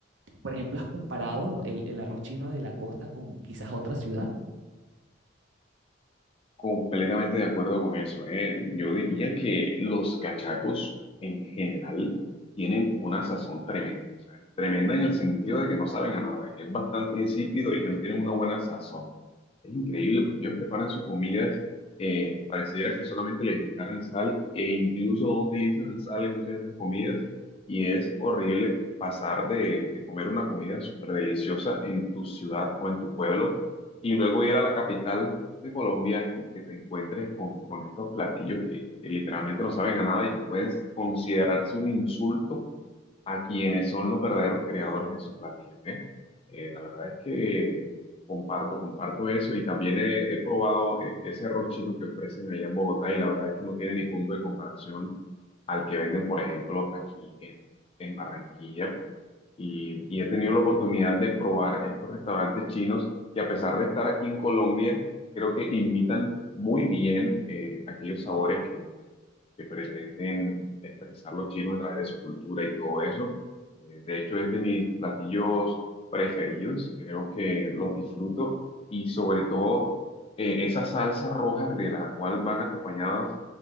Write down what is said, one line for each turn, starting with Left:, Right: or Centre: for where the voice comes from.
Right: Por ejemplo, ¿has comparado el, el arroz chino de la costa con quizás otra ciudad?
Left: completamente de acuerdo con eso. eh. Yo diría que los cachacos en general tienen una sazón tremenda. o sea, tremenda en el sentido de que no saben a nada, de que es bastante insípido y que no tienen una buena sazón. Es increíble porque ellos preparan sus comidas, eh, pareciera que solamente les echaran sal e incluso no utilizan sal en muchas de esas comidas y es horrible pasar de, de comer una comida súper deliciosa en tu ciudad o en tu pueblo y luego ir a la capital de Colombia y que te encuentres con, con estos platillos que, que literalmente no saben a nada y que pueden considerarse un insulto a quienes son los verdaderos creadores de esos platillos, ¿eh? Eh, la verdad es que comparto, comparto eso y también he, he probado eh, ese arroz chino que ofrecen allá en Bogotá y la verdad es que no tiene ni punto de comparación al que venden, por ejemplo, aquí en, en Barranquilla. Y, y he tenido la oportunidad de probar estos restaurantes chinos que a pesar de estar aquí en Colombia, creo que imitan muy bien eh, aquellos sabores que pretenden expresar los chinos a través de su cultura y todo eso. Eh, de hecho, es de mis platillos preferidos, creo que los disfruto y sobre todo eh, esa salsa roja de la cual van acompañadas,